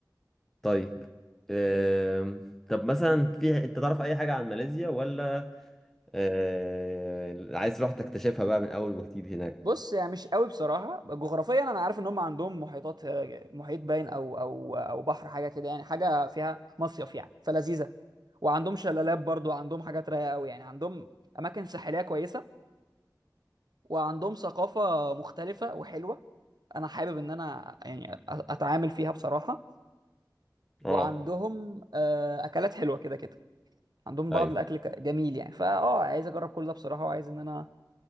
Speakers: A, in the centre; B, on the right (about 65°).
A: طيب آم، طب مثلا في انت تعرف اي حاجة عن ماليزيا ولا آه، عايز تروح تكتشفها بقى من اول وجديد هناك
B: بص يعني مش قوي بصراحه جغرافيا انا عارف ان هم عندهم محيطات آه، محيط باين او او او بحر حاجه كده يعني حاجه فيها مصيف يعني فلذيذه وعندهم شلالات برضو عندهم حاجات رايقه قوي يعني عندهم اماكن ساحليه كويسه وعندهم ثقافه مختلفه وحلوه انا حابب ان انا يعني أ- اتعامل فيها بصراحه
A: اه
B: وعندهم آه، اكلات حلوه كده كده عندهم
A: ايوه
B: بعض الاكل ك- جميل يعني فاه عايز اجرب كل ده بصراحه وعايز ان انا